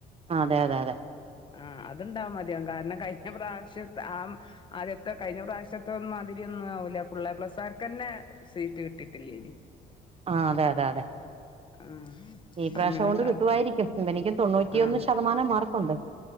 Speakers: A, on the right (about 35°); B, on the left (about 30°).
A: ആഹ് അതെ അതെ അതെ-
B: ആഹ് അതുണ്ടാവും മതിയാവും കാരണം കഴിഞ്ഞ പ്രാവശ്യത്തേ ആ ആദ്യത്തെ കഴിഞ്ഞ പ്രാവശ്യത്തെ മാതിരി ഒന്നും ആവൂല്ല ഫുള്ള് എപ്ലസാർക്കെന്നെ. സീറ്റ് കിട്ടിട്ടില്ലെയിനി.
A: ആഹ് അതെ അതെ അതെ.
B: ആഹ്
A: ഈ പ്രാവശ്യാതൊണ്ട്
B: അങ്ങനെണ്ടാവും
A: കിട്ടു വായിരിക്കും ഇവനിക്ക് തൊണ്ണൂറ്റിയൊന്ന്
B: ആഹ്
A: ശതമാനം മാർക്കൊണ്ട്.